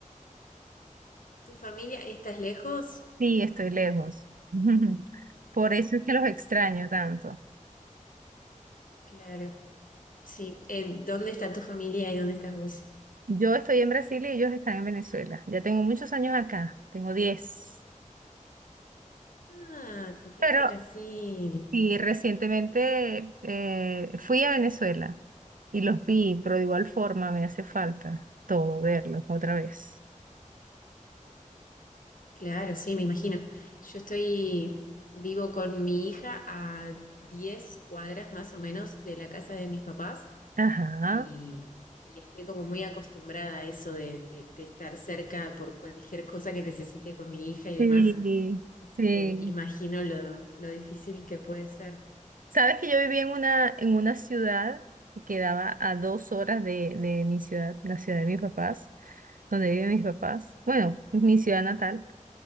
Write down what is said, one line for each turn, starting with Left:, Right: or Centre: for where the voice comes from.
Left: ¿Tu familia estás lejos?
Right: Sí, estoy lejos. <laughs> Por
Left: Oh,
Right: eso es que los extraño
Left: mm,
Right: tanto.
Left: claro, sí. Eh, ¿dónde está tu familia y dónde estás vos?
Right: Yo estoy en Brasil y ellos están en Venezuela. Ya tengo muchos años acá, tengo 10.
Left: Ah, te fuiste
Right: Pero
Left: a Brasil.
Right: Y recientemente eh, fui a Venezuela y los vi, pero de igual forma me hace falta todo verlos otra vez.
Left: Claro, sí, me imagino. Yo estoy vivo con mi hija a 10 cuadras más o menos de la casa de mis papás
Right: Ajá.
Left: y, y estoy como muy acostumbrada a eso de, de- de estar cerca por cualquier cosa que necesite con mi hija y demás.
Right: Sí,
Left: Así
Right: sí.
Left: que imagino lo, lo difícil que puede ser.
Right: Sabes que yo vivía en una, en una ciudad que quedaba a dos horas de, de mi ciudad, la ciudad de mis papás, donde viven mis papás, bueno, mi ciudad natal.